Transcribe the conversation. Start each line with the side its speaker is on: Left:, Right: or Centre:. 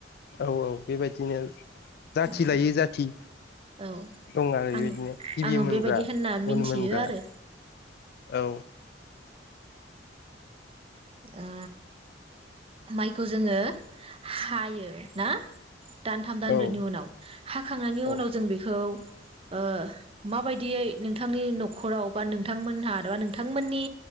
Left: औ औ बेबायदिनो जाथि
Right: उम
Left: लायै जाथि
Right: औ
Left: दं आरो
Right: आं
Left: बेबादिनो गिबि
Right: आङो
Left: मोनग्रा
Right: बेबायदि होनना मिथियो
Left: उन मोनग्रा
Right: आरो
Left: औ
Right: ओ माइखौ जोङो हायो ना दानथाम दानब्रैनि
Left: औ
Right: उनाव हाखांनायनि
Left: औ
Right: उनाव जों बेखौ ओ माबायदियै नोंथांनि न'खराव बा नोंथांमोनहा बा नोंथांमोननि